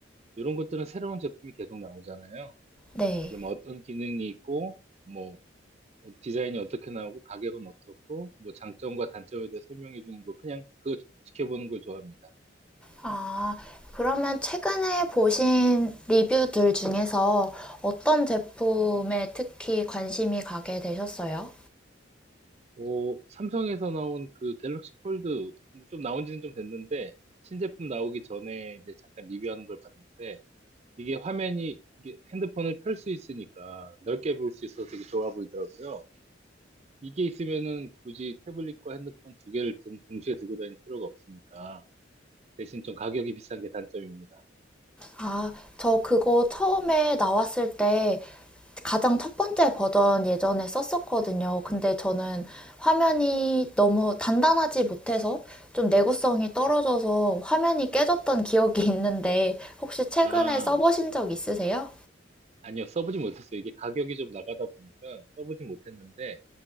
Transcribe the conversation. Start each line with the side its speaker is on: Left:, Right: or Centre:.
Right: 이런 것들은 새로운 제품이 계속 나오잖아요.
Centre: 네.
Right: 그러면 어떤 기능이 있고, 뭐, 어, 디자인이 어떻게 나오고, 가격은 어떻고, 뭐, 장점과 단점에 대해 설명해 주는 거, 그냥 그거 지- 지켜보는 걸 좋아합니다.
Centre: 아, 그러면 최근에 보신 리뷰들 중에서 어떤 제품에
Right: 네.
Centre: 특히 관심이 가게 되셨어요?
Right: 오, 삼성에서 나온 그 갤럭시 폴드, 좀 나온 지는 좀 됐는데, 신제품 나오기 전에 이제 잠깐 리뷰하는 걸 봤는데, 이게 화면이 이게 핸드폰을 펼 수 있으니까 넓게 볼 수 있어서 되게 좋아 보이더라고요. 이게 있으면은 굳이 태블릿과 핸드폰 두 개를 등, 동시에 들고 다닐 필요가 없으니까 대신 좀 가격이 비싼 게 단점입니다.
Centre: 아, 저 그거 처음에 나왔을 때 가장 첫 번째 버전 예전에 썼었거든요. 근데 저는 화면이 너무 단단하지 못해서 좀 내구성이 떨어져서 화면이 깨졌던 기억이 <laughs> 있는데 혹시 최근에
Right: 아,
Centre: 써보신 적 있으세요?
Right: 아니요. 써보지 못했어요. 이게 가격이 좀 나가다 보니까 써보지 못했는데